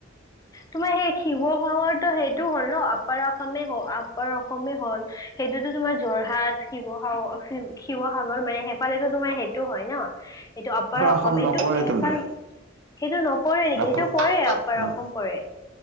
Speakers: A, on the left; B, on the right.
A: তোমাৰ সেই শিৱসাগৰ। ত' সেইটো হ'ল ন আপাৰ অসমে হ আপাৰ অসমেই হ'ল সেইটোতো তোমাৰ যোৰহাট শিৱসাগৰ শিৱসাগৰ মানে সেফালে তোমাৰ সেইটো হয় ন। এইটো আপাৰ অসমে
B: অসম নপৰে
A: টো এফাল।
B: তোমাৰ
A: সেইটো নপৰে সেইটো
B: আপ
A: পৰে আপাৰ
B: ন
A: অসম পৰে।